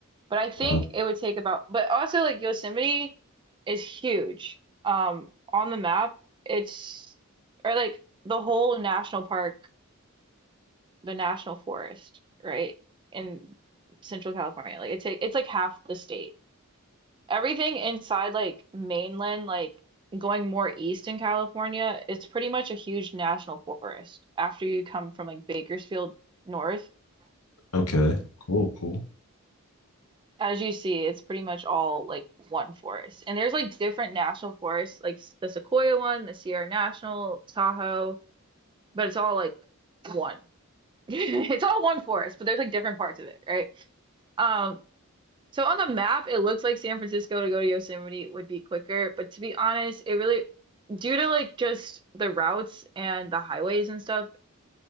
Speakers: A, on the right; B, on the left.
A: But I think
B: Wow.
A: it would take about, but also like Yosemite is huge. Um, on the map, it's or like the whole national park, the national forest, right? In Central California. Like it take it's like half the state. Everything inside like mainland, like going more east in California, is pretty much a huge national forest. After you come from like Bakersfield north,
B: Okay. Cool. Cool.
A: as you see, it's pretty much all like one forest. And there's like different national forests, like s- the Sequoia one, the Sierra National, Tahoe, but it's all like one. <laughs> It's all one forest, but there's like different parts of it, right? Um, So on the map, it looks like San Francisco to go to Yosemite would be quicker, but to be honest, it really, due to like just the routes and the highways and stuff,